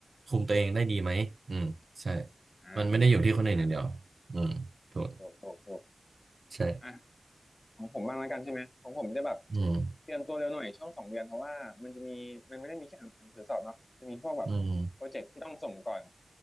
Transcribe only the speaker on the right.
คุมตัวเองได้ดีไหมอืมใช่
มันไม่ได้อยู่ที่คนอื่นอย่างเดียวอืมถูก
ใช่
อืม
อืม